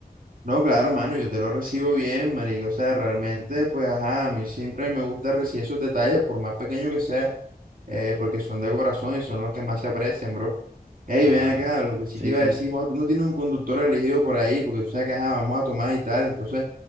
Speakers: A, on the right; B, on the right.
A: No, claro, mano, yo te lo recibo bien, marico. O sea, realmente, pues, ajá, a mí siempre me gusta recibir esos detalles, por más pequeño que sea, eh, porque son de corazón y son los que más se aprecian, bro. Ey,
B: Ah,
A: ven acá, lo que sí
B: sí,
A: te iba
B: sí.
A: a decir, Juan, tú no tienes un conductor elegido por ahí, porque tú sabes que, ajá, vamos a tomar y tal, entonces,